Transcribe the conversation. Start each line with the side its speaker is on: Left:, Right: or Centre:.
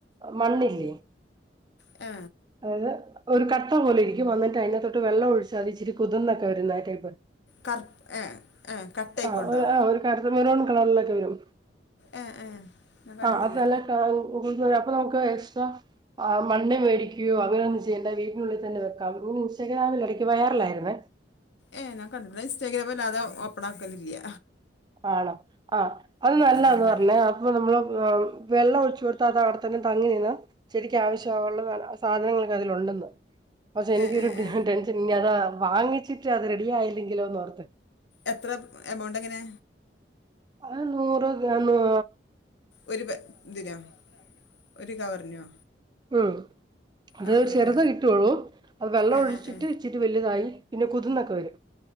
Right: മണ്ണില്ലെ.
Left: ആ
Right: അതായത് ഒരു കട്ട പോലെ ഇരിക്കും അന്നിട്ട് അയ്ന്റഅതൊട്ട് വെള്ളം ഒഴിച്ച അതിച്ചിരി കുതിർന്നൊക്കെ വരുന്ന ട്ടൈപ്പ്.
Left: കർപ്പ്‌ ഏ ഏ കട്ടയ്ക്കൊണ്ടോ
Right: ആ ആ ഒരു കടുത്ത മെറൂൺ കളറിലൊക്കെ വരും.
Left: ഏ ഏ ഞാൻ കണ്ടിട്ടില്ല
Right: ആ അതല്ല <unintelligible> അപ്പൊ നമുക്ക് എക്സ്ട്രാ ആ മണ്ണ് മേടിക്കുയോ അങ്ങനെ ഒന്ന് ചെയ്യേണ്ട വീ ട്ടിനുഉള്ളിൽ തന്നെ വെക്കാം. ഈ ഇൻസ്റ്റാഗ്രാമില് ഇടയക്ക് വൈറലാ യിരുന്നേ.
Left: ഏ ഞാൻ കണ്ടിട്ടില്ല ഇൻസ്റ്റാഗ്രാമല്ലാതെ ഓപ്പൺ ആക്കലില്ല.
Right: ആണോ? ആ അത് നല്ലതാന്ന്പറഞ്ഞു
Left: അതാവും കാരണം
Right: അപ്പൊ നമ്മള് വെള്ളം ഒഴിച്ചു കൊടു തവിടത്തന്നെ തങ്ങിനിന്നാ ചെടിയ്ക്ക് ആവശ്യമായുള്ള സാധനങ്ങളൊക്കെ അതിലുണ്ടന്ന്. പക്ഷെ എനിക്കൊരു
Left: ഏ ഏ ഏ
Right: ടെൻഷൻ ഇനി അത് വാങ്ങിച്ചിട്ട് അത് റെഡി ആയില്ലെങ്കിലോന്ന് ഓർത്ത്.
Left: എത്ര എമൗണ്ട് എങ്ങനെ?
Right: അത് നൂറ് ഗ്രാമാ
Left: ഒരു ഇതിനാ? ഒരു കവറിനോ?
Right: ഉം. അത്
Left: ആ
Right: ഒരു
Left: ആ
Right: ചെറുതേ
Left: ആ
Right: കിട്ടുവുള്ളൂ. അത് വെള്ളമൊഴിച്ചിട്ട്
Left: ഏ ഏ ഏ
Right: ഇച്ചിരി വലുതായി- പിന്നെ കുതുന്നൊക്കെ വരും.